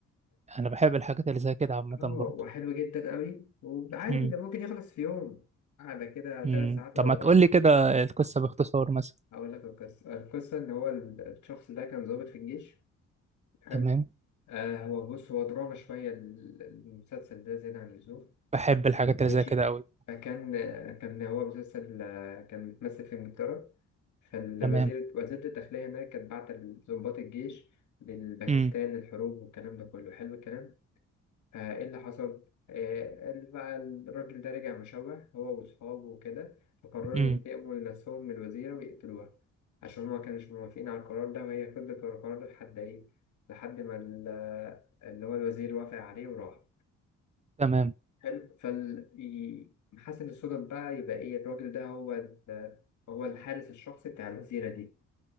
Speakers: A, on the right (about 25°); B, on the left (about 70°).
A: انا بحب الحاجات اللي زي كده عامه
B: اه
A: برضه
B: وحلو جدا قوي وعادي
A: امم
B: ده ممكن يخلص في يوم قاعدة كده ثلاث
A: امم
B: ساعات
A: طب
B: ورا
A: ما تقول
B: بعض
A: لي كده القصه باختصار مثلا
B: أقول لك القصة القصة إن هو ال- الشخص ده كان ضابط في الجيش حلو
A: تمام
B: آه هو بص هو دراما شوية ال- المسلسل ده زيادة عن اللزوم
A: بحب الحاجات اللي
B: ماشي
A: زي كده قوي
B: فكان آه، كان هو مسلسل آه، كان بيتمثل في إنجلترا فالوزير
A: تمام
B: وزيرة الداخلية هناك كانت بعت ضباط الجيش للباكستان
A: امم
B: الحروب والكلام ده كله حلو الكلام آه، ايه اللي حصل آه، قال بقى الراجل ده رجع مشوه هو واصحابه وكده فقرروا
A: امم
B: ينتقموا لنفسهم من الوزيرة ويقتلوها عشان هما كانوش موافقين على القرار ده وهي فضلت ورا القرار ده لحد ايه لحد ما ال- اللي هو الوزير وافق عليه وراح
A: تمام
B: حلو فال ي- محسن الصدف بقى يبقى ايه الراجل ده هو ال- هو الحارس الشخصي بتاع الوزيرة دي